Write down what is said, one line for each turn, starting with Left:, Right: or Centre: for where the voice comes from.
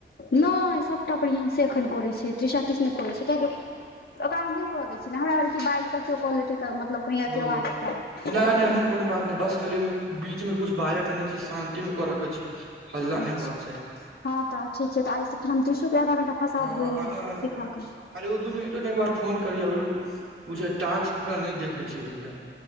Left: नहि सभटा प्रियांश एखन करै छै तृषा किछ नहि करे छै कियाकि ओकरा हम न न कर दै छिय जेना हमरा क बइल क केओ कऽ लेतै तऽ मतलब कही अ एत
Right: ओ
Left: आवास
Right: नहि नहि एहन कोनो बात नहि बस खाली ओहि बीच मे कुछ बाजय के नहि छै शान्ती मे करो के छै हल्ला
Left: अच्छा
Right: नहि हेबाक चाही
Left: हँ तऽ ठीक छै तऽ आइ सके हम तीसो के आधा घण्टा फसाद
Right: हँ
Left: होइ ह
Right: आधा आधा
Left: सिखऽके
Right: दै
Left: <unintelligible>
Right: अरे दुनू जतन त एक बेर फोन करियो टास्क पूरा नहि देखै छै बुझल न